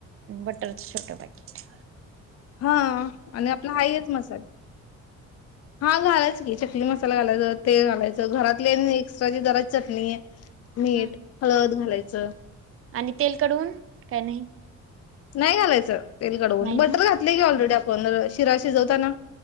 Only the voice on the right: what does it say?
बट छोट पाकीट.
हा
आणि तेल कडऊन काय नाही.
नाही
नव्ह